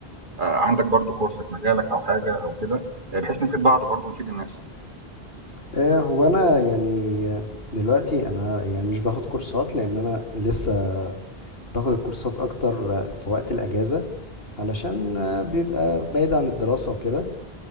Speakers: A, on the right (about 55°); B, on the left (about 70°).
A: عندك برضه كورس في مجالك أو حاجة أو كده، آه، بحيث نفيد بعض برضه ونفيد الناس.
B: ايه هو انا يعني دلوقتي انا يعني مش باخد كورسات لان انا لسه باخد الكورسات اكتر في وقت الاجازة علشان بيبقى بعيد عن الدراسة وكده